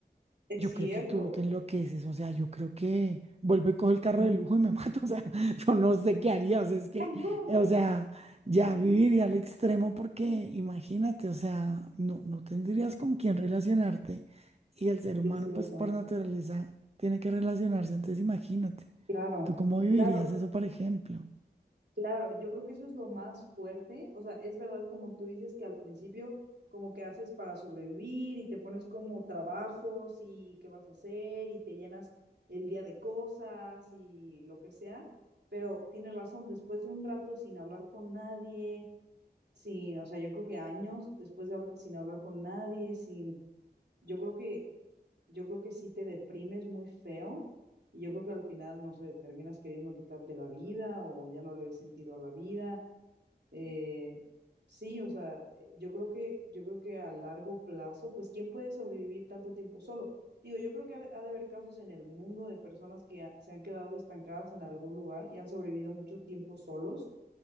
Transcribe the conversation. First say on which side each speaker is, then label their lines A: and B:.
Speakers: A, on the right; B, on the right.
A: Es
B: yo
A: cierto.
B: creo que tú te enloqueces, o sea, yo creo que vuelvo y cojo el carro
A: Ujú.
B: de lujo y me mato, <laughs> o sea, yo no sé qué haría, o sea, es que,
A: <laughs>
B: eh, o sea, ya viviría al extremo porque imagínate, o sea, no, no tendrías con quién relacionarte y el ser humano,
A: Es cierto.
B: pues por naturaleza, tiene que relacionarse, entonces imagínate,
A: Claro,
B: ¿tú cómo vivirías
A: claro,
B: eso, por ejemplo?
A: claro. Yo creo que eso es lo más fuerte. O sea, es verdad como tú dices que al principio como que haces para sobrevivir y te pones como trabajos y qué vas a hacer y te llenas el día de cosas y lo que sea. Pero tienes razón, después de un rato sin hablar con nadie, sin, o sea, yo creo que años después de habl- sin hablar con nadie, sin, yo creo que yo creo que sí te deprimes muy feo y yo creo que al final, no sé, terminas queriendo quitarte la vida o ya no le ves sentido a la vida. Eh, sí, o sea, eh, yo creo que, yo creo que a largo plazo, pues, ¿quién puede sobrevivir tanto tiempo solo? Digo, yo creo que ha, de ha de haber casos en el mundo de personas que ha- se han quedado estancadas en algún lugar y han sobrevivido mucho tiempo solos,